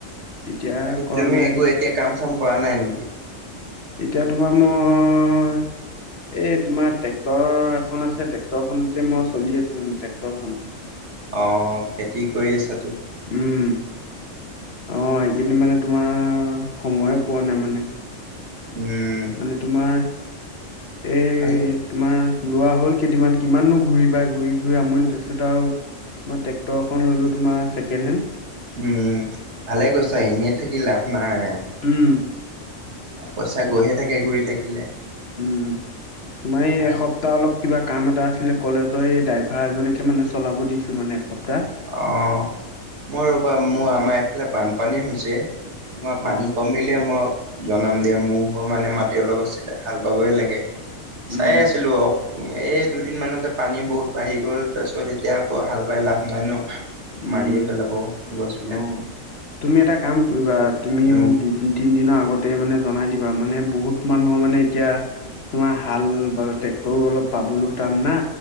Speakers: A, on the left; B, on the right.
A: এতিয়া
B: বাকী
A: কৰা
B: তুমি
A: নাই
B: একো এতিয়া কাম চাম কৰা নাই নেকি?
A: এতিয়া তোমাৰ মই এই তোমাৰ ট্ৰেক্টৰ এখন আছে। ট্ৰেক্টৰখনতে মই চলি আছো মানে ট্ৰেক্টৰখন।
B: অ খেতি কৰি আছে
A: উ'ম, অ', এইকেইদিন মানে তোমাৰ অ', সময়ে পোৱা নাই মানে।
B: উম,
A: মানে তোমাৰ এই
B: ভালে
A: তোমাৰ লোৱা হ'ল, কেইদিনমান কিমাননো ঘূৰিবা ঘূৰি ঘূৰি আমনি তাৰপিছত আৰু মই ট্ৰেক্টৰ এখন ললো তোমাৰ ছেকেণ্ড হেণ্ড।
B: উ'ম, ভালে কৰিছা, এনেই থাকি লাভ নাই।
A: উ'ম।
B: পইচা গৈহে থাকে ঘূৰি থাকিলে।
A: উ'ম, তোমাৰ এই
B: ভাল
A: এসপ্তাহ অলপ কিবা কাম এটা আছিলে? কলেজৰ এই ড্ৰাইভাৰ এজনীকে মানে চলাব দিছোঁ মানে এখন।
B: অ মই ৰ'বা মোৰ আমাৰ এফালে বানপানী হৈছে। তোমাৰ পানী
A: অ
B: কমিলে মই জনাম দিয়া। মোৰ বাৰু মানে মাটি অলপ আছিলে হাল বাবই লাগে
A: উম
B: চাই আছিলো অ'উ। উ'ম, এই দুদিন মানতে পানী বহুত বাঢ়ি গ'ল। তাৰপিছত এতিয়া আকৌ হাল বাই লাভ নাই ন।
A: উ'ম,
B: মাৰিয়ে পেলাব গছবিলাক
A: অ', তুমি এটা কাম কৰিবা। তুমি
B: উম।
A: মোক দুই, তিন দিনৰ আগতে মানে জন বনাই দিবা, মানে বহুত মানুহৰ মানে এতিয়া তোমাৰ হাল বা ট্ৰেক্টৰও অলপ পাবলৈও টান না।